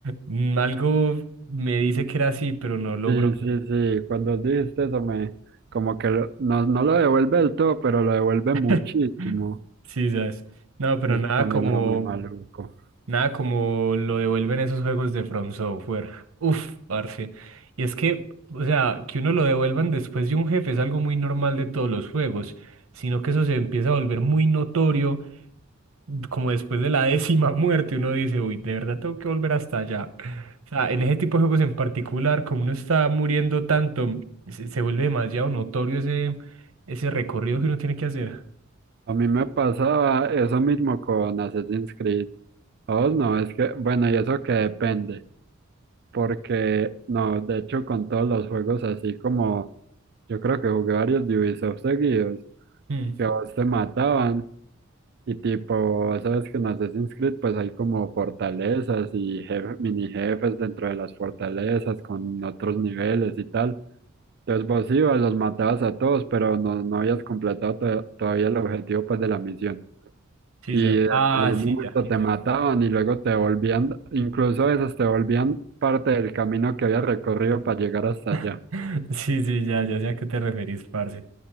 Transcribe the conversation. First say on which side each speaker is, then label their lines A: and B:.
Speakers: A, on the right; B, on the right.
A: Mm, Algo me dice que era así, pero no logró.
B: Sí, sí, sí, cuando dijiste eso me, como que lo- no, no lo devuelve del todo, pero lo devuelve
A: <laughs>
B: muchísimo.
A: Sí, sabes. No, pero
B: Eso
A: nada
B: también
A: como,
B: era muy maluco.
A: nada como lo devuelven esos juegos de From Software. Uf, parce. Y es que, o sea, que uno lo devuelvan después de un jefe es algo muy normal de todos los juegos, sino que eso se empieza a volver muy notorio como después de la décima <laughs> muerte, uno dice, uy, de verdad tengo que volver hasta allá. O sea, en ese tipo de juegos en particular, como uno está muriendo tanto, se, se vuelve demasiado notorio ese, ese recorrido que uno tiene que hacer.
B: A mí me pasaba eso mismo con Assassin's Creed. A vos no, es que, bueno, y eso que depende. Porque, no, de hecho, con todos los juegos así como yo creo que jugué varios de Ubisoft seguidos,
A: Mm,
B: que a vos te mataban. Y tipo, sabes que en Assassin's Creed pues hay como fortalezas y jef- mini jefes dentro de las fortalezas con otros niveles y tal. Entonces vos ibas, los matabas a todos, pero no, no habías completado to- todavía el objetivo pues de la misión
A: sí,
B: y
A: ya.
B: en
A: Ah,
B: algún
A: sí,
B: momento
A: ya.
B: te mataban y luego te volvían, incluso a veces te volvían parte del camino que había recorrido para llegar hasta allá.
A: <laughs> Sí, sí, ya, ya sé a qué te referís, parce.